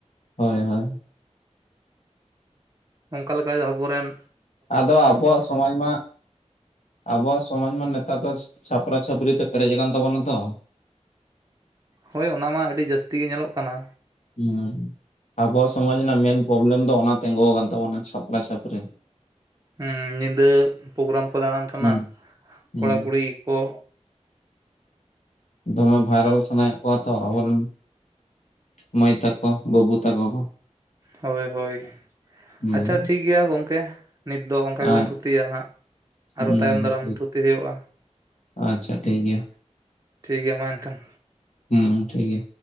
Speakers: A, on the left; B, on the right.
A: ᱦᱳᱭ ᱦᱳᱭ
B: ᱚᱱᱠᱟ ᱞᱮᱠᱟ ᱟᱵᱚ ᱨᱮᱱ
A: ᱟᱫᱚ ᱟᱵᱚᱣᱟᱜ ᱥᱚᱢᱟᱡᱽ ᱢᱟ ᱟᱵᱚᱣᱟᱜ ᱥᱚᱢᱟᱡ ᱢᱟ ᱱᱮᱛᱟᱨ ᱫᱚ ᱪᱷᱟᱯᱨᱟᱼ ᱪᱷᱟᱯᱟᱹᱨᱤ ᱛᱮ ᱯᱮᱨᱮᱡ ᱟᱠᱟᱱ ᱛᱟᱵᱚᱱᱟ ᱛᱚ
B: ᱦᱳᱭ ᱚᱱᱟ ᱢᱟ ᱟᱹᱰᱤ ᱡᱟᱹᱥᱛᱤ ᱜᱮ ᱧᱮᱞᱚᱜ ᱠᱟᱱᱟ
A: <unintelligible> ᱟᱵᱚᱣᱟᱜ ᱥᱚᱢᱟᱡᱽ ᱨᱮᱱᱟᱜ ᱢᱮᱱ ᱯᱨᱚᱵᱞᱮᱢ ᱫᱚ ᱚᱱᱟ ᱛᱤᱸᱜᱩ ᱟᱠᱟᱱ ᱛᱟᱵᱚᱱᱟ ᱪᱷᱟᱯᱨᱟᱼ ᱪᱟᱹᱯᱨᱤ
B: ᱦᱮᱸ ᱧᱤᱫᱟᱹ ᱯᱨᱳᱜᱨᱟᱢ ᱠᱚ ᱫᱟᱬᱟᱱ ᱠᱟᱱᱟ
A: ᱦᱩᱸ ᱦᱩᱸ
B: ᱠᱚᱲᱟᱠᱩᱲᱤ ᱠᱚ
A: ᱫᱚᱢᱮ ᱵᱷᱟᱭᱨᱟᱞ ᱥᱟᱱᱟᱭᱮᱫ ᱠᱚᱣᱟ ᱛᱚ ᱟᱵᱚᱨᱮᱱ ᱢᱟᱹᱭ ᱛᱟᱠᱚ ᱵᱟᱹᱵᱩ ᱛᱟᱠᱚ ᱠᱚ
B: ᱦᱳᱭ ᱦᱳᱭ
A: ᱦᱩᱸ
B: ᱟᱪᱪᱷᱟ ᱴᱷᱤᱠ ᱜᱮᱭᱟ ᱜᱚᱢᱠᱮ ᱱᱤᱛ ᱫᱚ ᱚᱱᱠᱟ ᱜᱮᱞᱟᱝ
A: ᱟᱨ
B: ᱛᱷᱩᱛᱤᱭᱟ ᱱᱟᱦᱟᱜ
A: ᱦᱩᱸ
B: ᱟᱨᱦᱚ ᱛᱟᱭᱚᱢ ᱫᱟᱨᱟᱢ ᱛᱷᱩᱛᱤ ᱦᱩᱭᱩᱜᱼᱟ᱾
A: ᱟᱪᱪᱷᱟ ᱴᱷᱤᱠ ᱜᱮᱭᱟ᱾
B: ᱴᱷᱤᱠ ᱜᱮᱭᱟ ᱢᱟ ᱮᱱᱠᱷᱟᱱ
A: ᱦᱮᱸ ᱴᱷᱤᱠ ᱜᱮᱭᱟ᱾